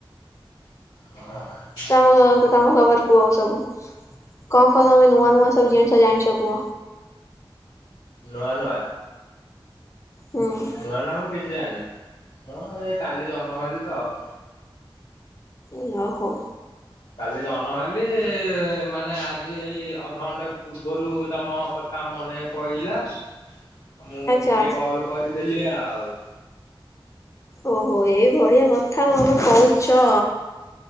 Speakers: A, on the left (about 75°); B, on the left (about 35°).
A: ହଁ ଆଁ।
B: ତମ ତମ ଖବର କୁହ ସବୁ କଣ କଣ ତମେ ନୂଆ ନୂଆ ସବୁ ଜିନିଷ ଜାଣିଛ କୁହ?
A: ନୂଆ ନୂଆ
B: ହୁଁ
A: ନୂଆ ନୂଆ କିଛି ଜାଣିନିଁ ମୁଁ ଏଇ କାଲି ଜନ୍ମ ହେଲି ତ ଆଉ।
B: ଇଁ ଆଉ ହଉ।
A: କାଲି ଜନ୍ମ ହେଲି ମାନେ ଆଜି ଏଇ ଅ ଅଧଘଣ୍ଟା ପୂର୍ବରୁ ତମ କଥା ମନେ ପଇଲା ଅ ମୁଁ
B: ଆଚ୍ଛା
A: ଟିକେ କଲ୍। କରିଦେଲି ଆଉ।
B: ଓହୋ ଏଇ ବଢିଆ କଥା ତମେ କହୁଛ।